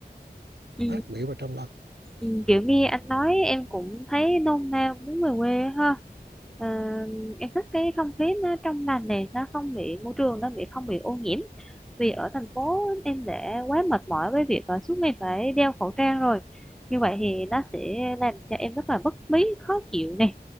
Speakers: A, in the centre; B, on the right.
A: Ừ.
B: mát mẻ và trong lành
A: Ừ, kiểu như anh nói em cũng thấy nôn nao muốn về quê á ha Ờ, em thích cái không khí nó trong lành này nó không bị môi trường nó bị không bị ô nhiễm vì ở thành phố em đã quá mệt mỏi với việc ờ, suốt ngày phải đeo khẩu trang rồi như vậy thì nó sẽ làm cho em rất là bất bí khó chịu này